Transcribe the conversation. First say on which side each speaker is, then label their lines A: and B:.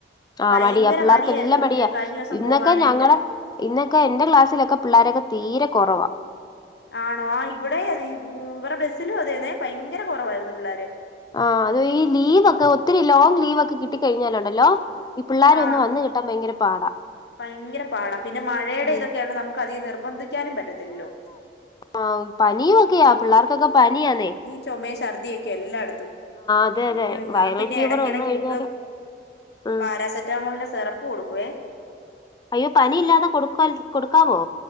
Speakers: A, on the left (about 25°); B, on the left (about 65°).
A: ആഹ്
B: ഭയങ്കര
A: മടിയാ പിള്ളേർക്കെല്ലാം
B: മടിയായിരുന്നു
A: മടിയാ
B: കഴിഞ്ഞ ദിവസം
A: ഇന്നൊക്കെ
B: പോകാനായിട്ട്
A: ഞങ്ങളെ ഇന്നൊക്കെ എന്റെ ക്ലാസിലൊക്കെ പിള്ളോരൊക്കെ തീരെ കൊറവാ
B: ആണോ ആഹ് ഇവടെ അതേ ഉം ഇവടെ ബെസ്സിലും അതേന്നെ ഭയങ്കര കൊറവായിരുന്നു പിള്ളാര്
A: ആഹ് അത് ഈ ലീവ് ഒക്കെ ഒത്തിരി ലോങ് ലീവൊക്കെ കിട്ടി കഴിഞ്ഞാലുണ്ടല്ലോ ഈ പിള്ളാരൊന്ന്
B: ആ
A: വന്ന് കി ട്ടാ ഭയങ്കര പാടാ
B: ഭയങ്കര പാടാ പിന്നെ മഴേടെ
A: ഉം
B: ഇതൊക്കെയാണ് നമുക്ക് അതി നിർബന്ധിക്കാനും പറ്റത്തില്ലോ
A: ആഹ് പനീ ഒക്കെയാ പിള്ളാർക്കൊക്കെ പനിയാന്നെ
B: ചൊമേം ഛർദി യൊക്കെ എല്ലാട്ത്തും
A: അതെ അതെ
B: ഇയ്യോ ഞാൻ
A: വൈറൽ
B: പിന്നെ
A: ഫീവർ
B: എടക്കിടക്ക്
A: വന്ന് കഴിഞ്ഞാല്
B: ഒന്നു
A: ഉം
B: പാരാസെ റ്റ മോള്ന്റെ സെറപ്പ് കൊടുക്കുവെ
A: അയ്യോ, പനി ഇല്ലാതെ കൊടുക്ക കൊട്ക്കാവോ